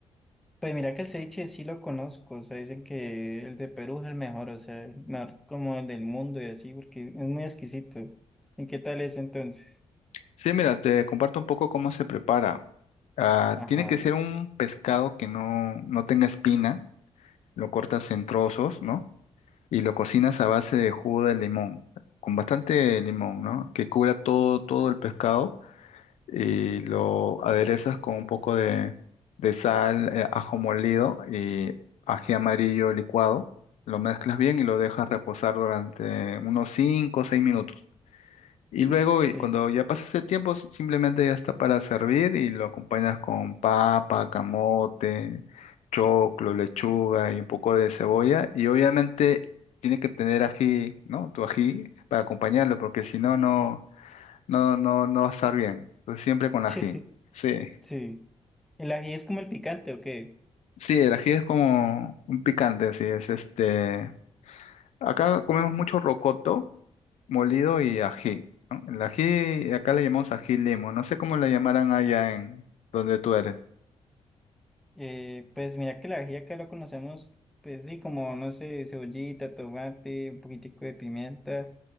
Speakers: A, in the centre; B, on the left.
A: Pues mira que el ceviche sí lo conozco, o sea, dicen que el de Perú es el mejor, o sea, el mejor como el del mundo y así, porque es muy exquisito. ¿Y qué tal es entonces?
B: Sí, mira, te comparto un poco cómo se prepara. Ah,
A: Ajá,
B: tiene que ser un pescado que no, no tenga espina, lo cortas en trozos, ¿no? y lo cocinas a base de jugo de limón, con bastante limón, ¿no? Que cubra todo, todo el pescado y lo aderezas con un poco de, de sal, eh, ajo molido y ají amarillo licuado. Lo mezclas bien y lo dejas reposar durante unos 5 o 6 minutos. Y luego,
A: sí,
B: y cuando ya pasas el tiempo, s- simplemente ya está para servir y lo acompañas con papa, camote, choclo, lechuga y un poco de cebolla. Y obviamente tiene que tener ají, ¿no? Tu ají para acompañarlo, porque si no, no, no, no, no va a estar bien. Entonces siempre con ají.
A: <laughs>
B: Sí.
A: sí. ¿El ají es como el picante o qué?
B: Sí, el ají es como un picante, así es. Este, acá comemos mucho rocoto molido y ají, ¿no? El ají, acá le llamamos ají limo, no sé cómo le llamarán allá en donde tú eres.
A: Eh, pues mira que la ají acá lo conocemos, pues sí, como, no sé, cebollita, tomate, un poquitico de pimienta.